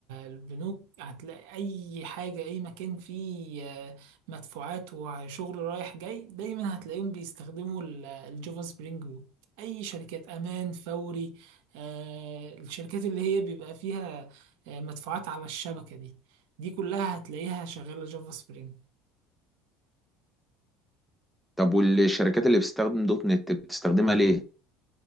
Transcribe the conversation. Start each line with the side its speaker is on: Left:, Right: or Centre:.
Right: البنوك هتلاقي اي حاجة اي مكان فيه آه، مدفوعات وشغل رايح جاي دايما هتلاقيهم بيستخدموا ال- الجافا سبرينج ويب اي شركات امان فوري آه، الشركات اللي هي بيبقى فيها آه، مدفوعات على الشبكة دي دي كلها هتلاقيها شغالة جافا سبرينج
Centre: طب والشركات اللي بتستخدم دوت نت بتستخدمها ليه؟